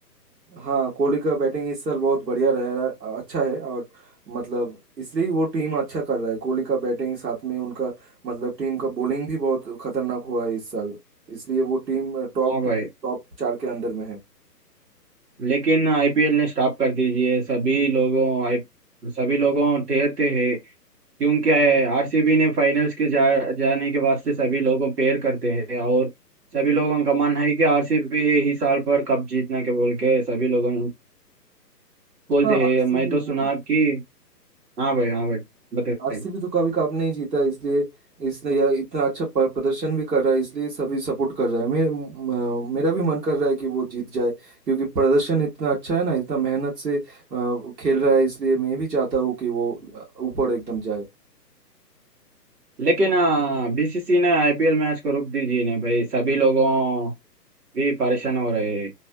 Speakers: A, on the right (about 80°); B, on the right (about 65°).
A: हाँ कोहली का बैटिंग इस साल बहुत बढ़िया रह रहा अच्छा है और मतलब इसलिए वो टीम अच्छा कर रहा है कोहली का बैटिंग साथ में उनका मतलब टीम का बॉलिंग भी बहुत खतरनाक हुआ है इस साल इसलिए वो टीम टॉप
B: हाँ भाई
A: में टॉप चार के अंदर में है
B: लेकिन आईपीएल ने स्टॉप कर दीजिए सभी लोगों आई सभी लोगों ठहरते हैं क्यों क्या है आरसीबी ने फाइनल्स के जा, जाने के वास्ते सभी लोगों प्रेयर करते हैं और सभी लोगों का मन है कि आरसीबी ही साल पर कप जीतना के बोल के सभी लोगों बोलते
A: हाँ
B: हैं
A: आरसीबी
B: मैं तो सुना
A: हाँ
B: कि हाँ भाई हाँ भाई बताइए
A: आरसीबी तो कभी कप नहीं जीता इसलिए इसने यह इतना अच्छा पर- प्रदर्शन भी कर रहा है इसलिए सभी सपोर्ट कर रहा है मेरे म- मेरा भी मन कर रहा है कि वो जीत जाए क्योंकि प्रदर्शन इतना अच्छा है ना इतना मेहनत से अ, खेल रहा है इसलिए मैं भी चाहता हूँ कि वो अ, ऊपर एकदम जाए
B: लेकिन हाँ, बीसीसी ने आईपीएल मैच को रोक दीजिए ना भाई सभी लोगों भी परेशान हो रहे हैं